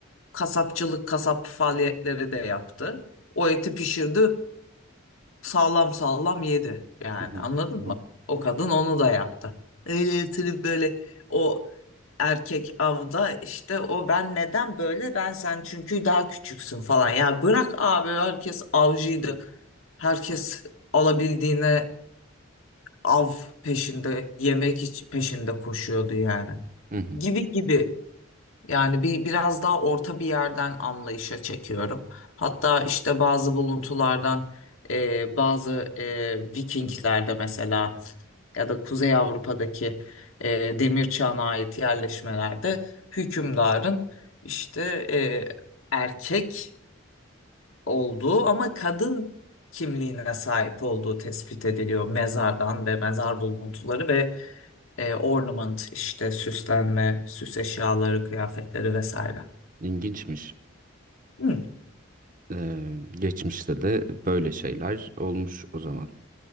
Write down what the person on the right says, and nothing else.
Hı hı,
hı
hı.
Hı hı.
İlginçmiş.
Eee, geçmişte de böyle şeyler olmuş o zaman.